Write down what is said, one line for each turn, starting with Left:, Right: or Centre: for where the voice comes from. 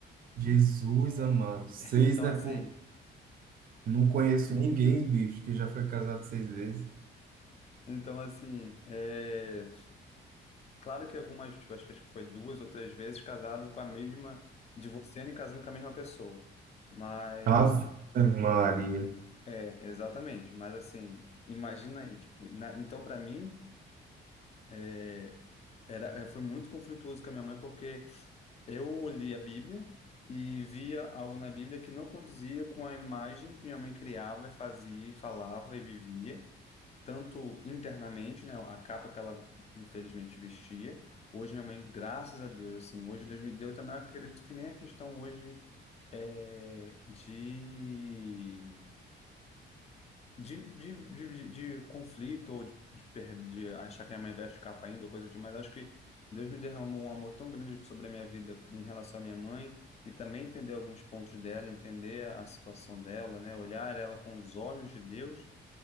Right: Jesus amado. Seis,
Left: Então,
Right: né,
Left: assim,
Right: pô? Não conheço ninguém, bicho, que já foi casado seis vezes.
Left: então, assim, é, claro que algumas, tipo, acho que acho que foi duas ou três vezes casado com a mesma, divorciando e casando com a mesma pessoa. mas
Right: Ave Maria.
Left: É, exatamente. Mas assim, imagina aí, tipo, na- então para mim é, era, é, foi muito conflituoso com a minha mãe porque eu li a Bíblia e via algo na Bíblia que não condizia com a imagem que minha mãe criava, e fazia, e falava e vivia, tanto internamente, né, a capa que ela infelizmente vestia. Hoje minha mãe, graças a Deus, assim, hoje Deus me deu também, eu acredito que nem a questão hoje é, de De, de, de, de- de conflito ou de, de, perda, de achar que minha mãe veste capa ainda, ou coisa demais, acho que Deus me derramou um amor tão grande sobre a minha vida em relação à minha mãe e também entender alguns pontos dela, entender a situação dela, né? Olhar ela com os olhos de Deus,